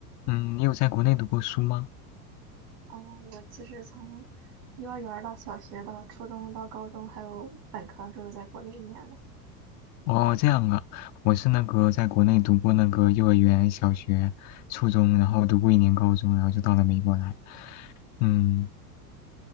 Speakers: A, on the left; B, on the right.
A: 嗯，你有在国内读过书吗？
B: 哦，我其实从幼儿园儿到小学到初中到高中还有本科都是在国内念的。
A: 哦，这样啊，我是那个在国内读过那个幼儿园、小学、初中，然后读过一年高中，然后就到了美国来。嗯，